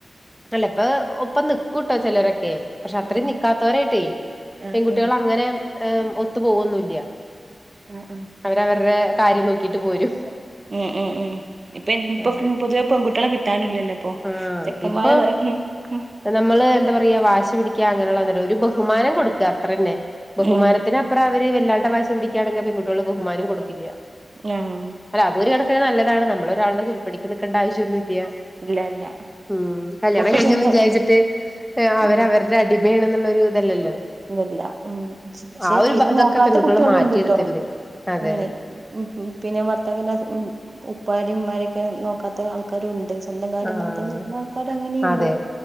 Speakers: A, in the centre; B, on the right (about 50°).
A: പ്പെ അല്ല ഇപ്പൊ ഒപ്പംന്ന്ക്കുട്ടോ ചെലരൊക്കെ പക്ഷെ അത്രിം
B: ഉം
A: ന്നിക്കാത്തോരായ്ട്ടേയ്.
B: ആഹ്
A: പെൺകുട്ട്യാള്
B: ആഹ്
A: അങ്ങനെ ഏഹ് ഒത്ത് പോവൊന്നുല്ല്യ
B: ആഹ് ആഹ്
A: അവര് അവര്ടെ കാര്യം ന്നോക്കിയിട്ട് പോരും.
B: ഉം ഉം ഉം ഇപ്പൊ ഇന്ന്പ്പോ
A: അതെ
B: പ്പ്ത് പുതിയ പെൺകുട്ട്യാളെ കിട്ടാനില്ലല്ലോ ഇ പ്പൊ
A: ആഹ്
B: ചെക്കന്മാര്
A: ഇപ്പൊ
B: എല്ലാര്നും ഉം
A: നമ്മള് എന്താ പറയ വാശി പിടിക്ക്യ അങ്ങനെള്ളതല്ല ഒരു ബഹുമാനം കൊട്ക്ക അത്രന്നെ ബഹുമാനത്തിന്
B: ഉം
A: അ ത്ര അവര് വല്ലാണ്ടെ വാശി പിടിക്കാണെങ്കി പെൺകുട്ട്യേള് ബഹുമാനം കൊടുക്കില്ല്യ
B: ആഹ്
A: അല്ല അതൊരു കണക്കിന് നല്ലതാണ് നമ്മള് ഒരാൾടെ ചൊൽപ്പടിക്ക് നിക്കണ്ട ആവശ്യൊന്നും ഇല്ല്യാ
B: ഇല്ല ഇല്ല
A: ഉം കല്യാണം
B: ഇപ്പൊക്കെ
A: കഴിഞ്ഞെന്ന്
B: സ്വന്തം
A: വിചാരിച്ചിട്ട് അവര്
B: ഉം
A: അവര്ടെ അടിമയേണ്ന്ന്ള്ളൊരു ഇതല്ലല്ലോ.
B: ഊ അല്ല ഉം പക്ഷെ
A: ആ ഒരു
B: തീരേ
A: ഇതൊക്കെ
B: നോക്കാത്ത
A: പെൺകുട്ടികൾ
B: കുട്ട്യേളും
A: മാറ്റിയെടുത്തിണ്ട്
B: ഇണ്ട് ട്ടോ.
A: അതെ
B: ഇണ്ട് ഉം പിന്നെ ഭർത്താക്കന്റെ അസ് ഉം ഉപ്പാരിം ഉമ്മാരെക്കെ നോക്കാത്ത ആൾ ക്കാരും ഉണ്ട് സ്വന്തം കാര്യം
A: ആഹ്
B: മാത്രം നോക്ക്‌ന്ന ആൾക്കാരും അങ്ങനെയും
A: അതെ
B: ഇണ്ട്.